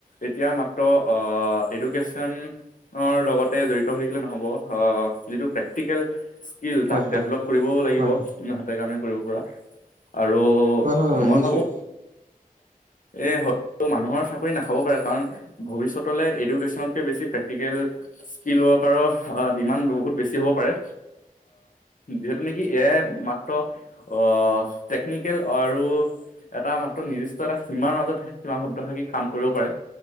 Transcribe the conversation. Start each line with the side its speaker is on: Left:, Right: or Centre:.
Left: এতিয়া মাত্ৰ ইডোকেচন। এডুকেশ্বন নৰ লগতে জঢ়িত হৈ থাকিলে নহব অ যিটো পেক্তিকেল? কিল
Right: হয়
Left: তাক ডেভলপ
Right: হয়
Left: কৰিবও লাগিব।
Right: হয় হয়
Left: হাতে কামে কৰিব পৰা? আৰু
Right: হয় হয় হয়
Left: মই
Right: নিশ্চয়
Left: ভাবো। এ হয় মানুহৰ চাকৰি নাখাব পাৰে কাৰণ ভৱিষ্যতলৈ এডুকেশ্যনতকৈ বেছি প্ৰেক্টিকেল স্কিল ৱৰ্কাৰৰ ডিমাণ্ড বহুত বেছি হ'ব পাৰে যিহেতু নেকি এয়াই মাত্ৰ অ। টেকনিকেল আৰু। এটা মাত্ৰ। নিৰ্দিষ্ট এটা সীমাৰ মাজতহে সীমাবদ্ধ থাকি কাম কৰিব পাৰে